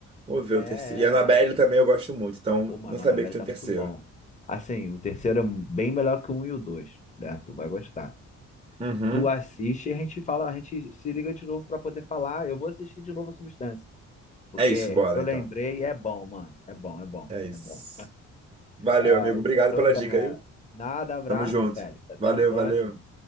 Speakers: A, on the right (about 20°); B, on the left (about 25°).
A: Vamos ver
B: é,
A: o
B: é,
A: terceiro. E a Annabelle
B: é.
A: também eu gosto muito, então
B: Pô, mano,
A: não sabia
B: o Annabelle
A: que tem
B: tá
A: um terceiro.
B: muito bom. Assim, o terceiro é bem melhor que o um e o dois, né? Tu vai gostar.
A: Uhum.
B: Tu assiste e a gente fala, a gente se liga de novo pra poder falar. "Ah, Eu vou assistir de novo a Substância, porque
A: É isso, bora
B: eu lembrei
A: então.
B: e é bom, mano. É bom, é bom,
A: É isso.
B: é bom.
A: Valeu,
B: Ah,
A: amigo. Obrigado
B: então
A: pela
B: já.
A: dica, viu?
B: Nada, abraço,
A: Tamo junto.
B: Félix. Até
A: Valeu,
B: a próxima.
A: valeu.